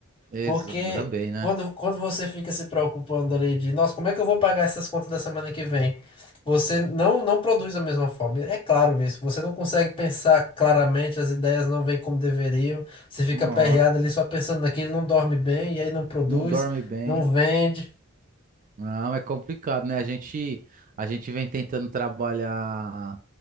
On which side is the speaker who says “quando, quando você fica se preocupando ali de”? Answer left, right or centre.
Left